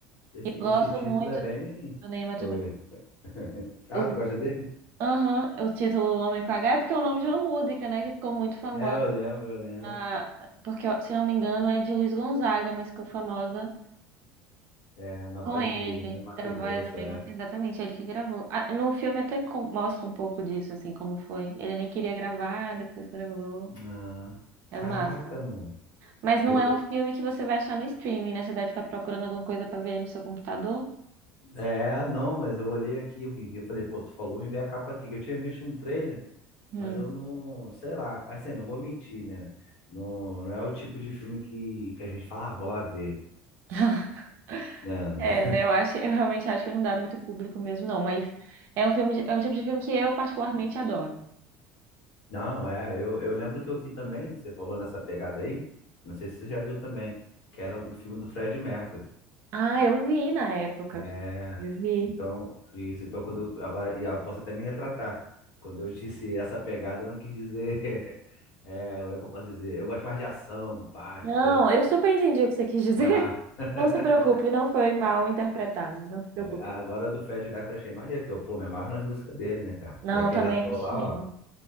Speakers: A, on the left; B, on the right.
A: Esse,
B: E gosto
A: esse título
B: muito
A: é bem.
B: do Ney Matogrosso.
A: Oi. <laughs> Ah,
B: O,
A: tu gosta dele?
B: aham, o título Homem com H é porque é o nome de uma música, né? Que ficou muito famosa.
A: É, eu lembro, eu lembro.
B: ah, Porque, se não me engano, é de Luiz Gonzaga, mas ficou famosa.
A: É, na
B: Com
A: voz
B: ele,
A: do né, Mato
B: da
A: Grosso,
B: voz do Big
A: é.
B: Mouth, exatamente, é ele que gravou. Ah, no filme até com- mostra um pouco disso, assim, como foi. Ele nem queria gravar, depois gravou.
A: Ah,
B: É
A: caraca,
B: massa.
A: mano.
B: Mas
A: Eu,
B: não é
A: eu-
B: um filme que você vai achar no streaming, né? Você deve estar procurando alguma coisa pra ver aí no seu computador.
A: é, não, mas eu olhei aqui, eu vim ver, eu falei, pô, tu falou, vem ver a capa aqui, que eu tinha visto um trailer.
B: Hum.
A: Mas eu não, sei lá, assim, não vou mentir, né? Não, não é o tipo de filme que, que a gente fala, ah, vou lá ver,
B: <laughs>
A: né?
B: É, né? Eu acho, eu realmente acho que não dá muito público mesmo, não. Mas é um filme, de- é o tipo de filme que eu particularmente adoro.
A: Não, <laughs> é, eu, eu lembro que eu vi também, você falou nessa pegada aí, não sei se você já viu também, que era o filme do Fred Mercury.
B: Ah, eu vi na época.
A: É,
B: Eu vi.
A: então, isso, então quando eu, agora, e eu posso até me retratar, quando eu disse essa pegada, eu não quis dizer, <laughs> é, como é que eu posso dizer? Eu gosto mais de ação, pá,
B: Não,
A: entendeu?
B: eu super entendi o que você quis dizer.
A: Ah.
B: <laughs>
A: <laughs>
B: Não se preocupe, não foi mal interpretado, não se preocupe.
A: É, Agora do Fred Mercury eu achei maneiro, porque eu, pô, me amarro nas músicas dele, né, cara?
B: Não,
A: E aquele
B: também
A: ator
B: achei.
A: lá, ó.